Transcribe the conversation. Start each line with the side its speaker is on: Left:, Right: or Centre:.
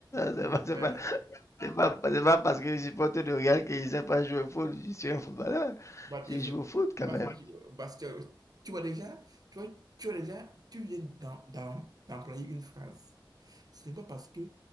Left: C'est
Right: Ouais.
Left: pas, c'est pas, c'est pas, c'est pas parce que je supporte le Real que je sais pas jouer au foot. Je suis un footballeur.
Right: Baptiste,
Left: J'ai joué au foot quand
Right: Baptiste,
Left: même.
Right: tu parce que tu vois déjà, tu vois, tu vois déjà, tu viens d'en- d'en- d'employer une phrase. Ce n'est pas parce que